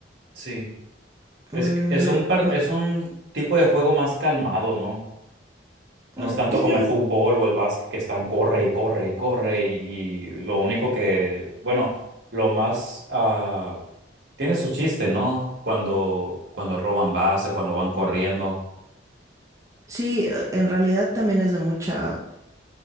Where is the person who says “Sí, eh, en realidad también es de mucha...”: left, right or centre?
Right